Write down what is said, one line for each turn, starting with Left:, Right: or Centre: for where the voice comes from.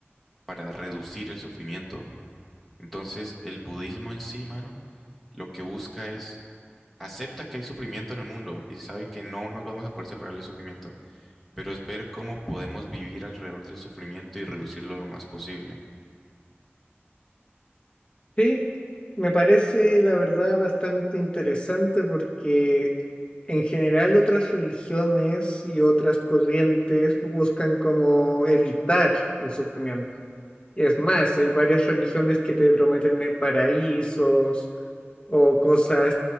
Centre: para reducir el sufrimiento? Entonces, el budismo en sí, mano, lo que busca es acepta que hay sufrimiento en el mundo y sabe que no nos vamos a poder separar del sufrimiento, pero es ver cómo podemos vivir alrededor del sufrimiento y reducirlo lo más posible.
Left: Sí, me parece, la verdad, bastante interesante porque en general otras religiones y otras corrientes buscan como evitar el sufrimiento. Y es más, hay varias religiones que te prometen eh, paraísos o cosas